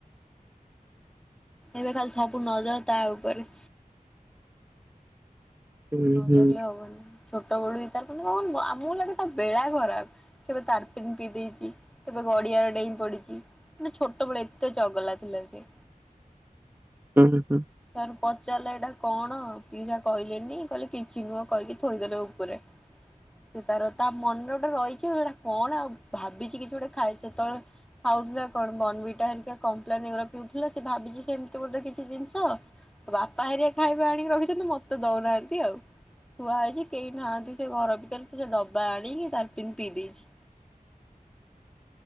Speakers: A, in the centre; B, on the right.
A: ଏବେ ଖାଲି ସବୁ ନଜର ତା ଉପରେ
B: ହୁଁ
A: ନ
B: ହୁଁ
A: ଜଗିଲେ ହବନି ଛୋଟ ବୋଲି ତାର ମାନେ କ ଆମକୁ ଲାଗେ ତା ବେଳା ଖରାପ କେବେ ତାରଫିନ ପିଇଦେଇଛି କେବେ ଗଡିଆରେ ଡେଇଁ ପଡିଛି ମାନେ ଛୋଟବେଳୁ ଏତେ ଚଗଲା ଥିଲା ସେ
B: ହୁଁ ହୁଁ
A: ତାର ପଚାରିଲା ଏଇଟା କଣ ପିଲା କହିଲେନି କହିଲେ କିଛି ନୁହଁ କହିକି ଥୋଇଦେଲେ ଉପରେ ସେ ତାର ତା ମନରେ ଗ ସେଟା କଣ ଆଉ ଭାବିଛି କିଛି ଗୋଟେ ଖାଇ ସେତେବେଳେ ଖାଉଥିଲା କଣ ବନବିଟା ଆଉ କମ୍ପଲାନିର ପିଉଥିଲା ସେ ଭାବିଛି ସେମିତି ଗୋଟେ କିଛି ଜିନିଷ ବାପା ହେରିକା ଖାଇବା ଆଣିକି ରଖିଛନ୍ତି ମତେ ଦଉନାହାନ୍ତି ଆଉ ଥୁଆ ହେଇଛି କେହି ନାହାନ୍ତି ସେ ଘର ଭିତରେ ତ ସେ ଡବା ଆଣିକି ତାରପିନ ପିଇ ଦେଇଛି।